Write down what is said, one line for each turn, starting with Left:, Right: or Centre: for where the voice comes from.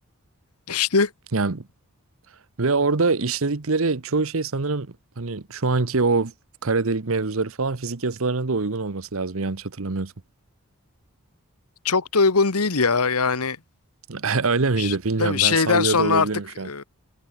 Left: İşte
Right: Yani ve orada işledikleri çoğu şey sanırım hani şu anki o kara delik mevzuları falan fizik yasalarına da uygun olması lazım yanlış hatırlamıyorsam.
Left: çok da uygun değil ya yani
Right: <laughs> Öyle miydi
Left: Ş-
Right: bilmiyorum
Left: Tabii şeyden
Right: ben sallıyor
Left: sonra
Right: da olabilirim
Left: artık
Right: şu an.
Left: e,